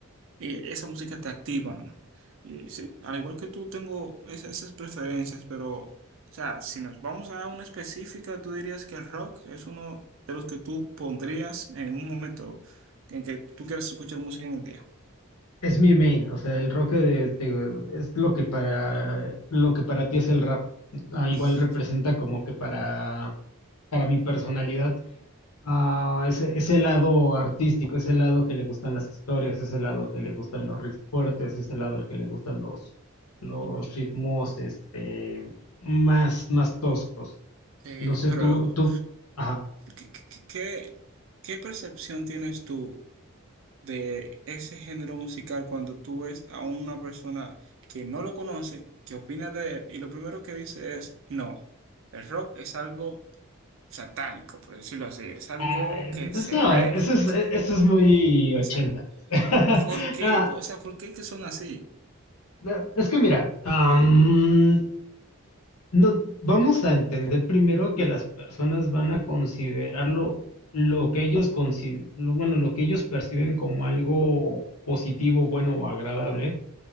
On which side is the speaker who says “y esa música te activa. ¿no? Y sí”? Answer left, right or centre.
Right